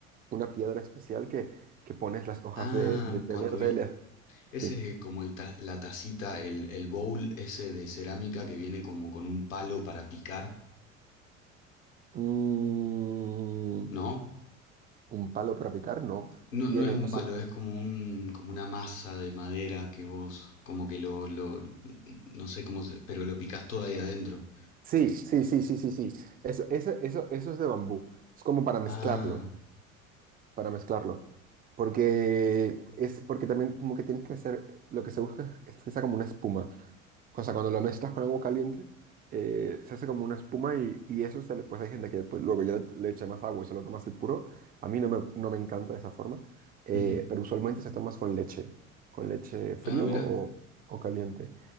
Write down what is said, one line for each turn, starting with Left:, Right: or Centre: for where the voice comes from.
Right: una piedra especial que, que pones las hojas
Left: Ah,
Right: de, de té
Left: cuando
Right: verde.
Left: vi
Right: le-
Left: Ese
Right: sí.
Left: es eh, como el ta- la tacita, el, el bowl ese de cerámica que viene como con un palo para picar,
Right: Mm,
Left: ¿no?
Right: ¿un palo para picar? No.
Left: No,
Right: Viene,
Left: no es un
Right: o sea,
Left: palo, es como un, como una masa de madera que vos, como que lo, lo, no sé cómo se, pero lo picás todo ahí adentro.
Right: sí, sí, sí, sí, sí, sí. Eso, eso, eso, eso es de bambú. Es como para mezclarlo.
Left: Ah,
Right: para mezclarlo. Porque es porque también como que tienes que hacer, lo que se busca es que sea como una espuma. O sea, cuando lo mezclas con agua caliente, eh, se hace como una espuma y, y eso se le- pues hay gente que pues, luego ya le, le echa más agua y se lo toma así puro. A mí no me, no me encanta de esa forma, eh,
Left: ujú.
Right: pero usualmente se toma con leche, con leche frío
Left: Ah, mira.
Right: o, o caliente.